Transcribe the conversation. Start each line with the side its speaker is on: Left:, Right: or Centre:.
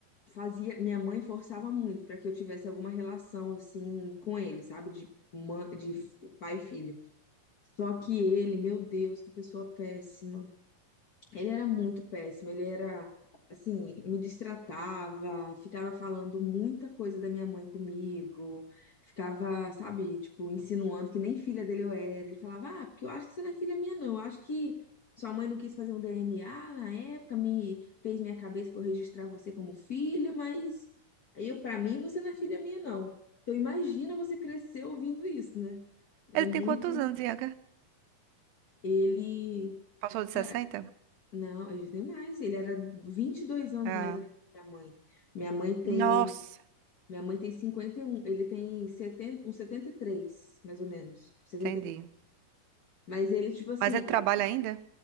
Left: fazia, minha mãe forçava muito para que eu tivesse alguma relação assim com ele, sabe, de mã- de f- pai e filho. Só que ele, meu Deus, que pessoa péssima. Ele era muito péssimo, ele era assim, me destratava, ficava falando muita coisa da minha mãe comigo, ficava, sabe, tipo, insinuando que nem filha dele eu era. Ele falava: "Ah, porque eu acho que você não é filha minha não. Eu acho que sua mãe não quis fazer um DNA na época, me fez minha cabeça para eu registrar você como filha, mas eu para mim você não é filha minha não". Então imagina você crescer ouvindo isso, né? É
Right: Ele
Left: muito
Right: tem quantos anos, Ianca?
Left: ele
Right: Passou de
Left: Cara,
Right: sessenta
Left: não, eu já tenho mais. Ele era 22 anos
Right: Ah,
Left: mais velho que minha mãe. Minha mãe tem,
Right: nossa,
Left: minha mãe tem cinquenta e um ele tem setenta uns 73 mais ou menos, setenta
Right: entendi.
Left: e quatro Mas ele, tipo assim,
Right: Mas ele trabalha
Left: ele
Right: ainda?